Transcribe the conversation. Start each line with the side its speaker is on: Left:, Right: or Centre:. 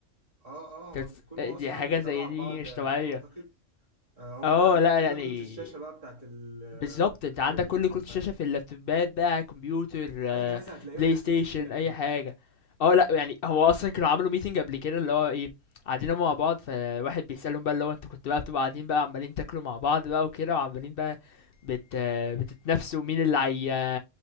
Right: اه
Left: انت
Right: اه هما
Left: بتس-
Right: بيكونوا
Left: آه، دي
Right: اصلا
Left: حاجه زي
Right: تبع بعض
Left: دي مش
Right: آه،
Left: طبيعيه
Right: اعتقد آه، هما
Left: اه
Right: اللي عاملين
Left: لا
Right: كل
Left: يعني
Right: كروت الشاشه بقى بتاعت ال- آه،
Left: بالظبط انت عندك
Right: اي اجهزه
Left: كل كروت
Right: فاهم
Left: شاشه في اللابتوبات بقى كمبيوتر آه،
Right: اي جهاز هتلاقيهم
Left: بلاي
Right: داخلين
Left: ستيشن
Right: فيه اكيد
Left: اي حاجه اه لا يعني هو اصلا كانوا عملوا ميتنج قبل كده اللي هو ايه قاعدين هما مع بعض فواحد بيسألهم بقى اللي هو انتوا كنتوا بقى بتبقوا قاعدين بقى عمالين تاكلوا مع بعض بقى وكده وعمالين بقى بت بتتنافسوا مين اللي هي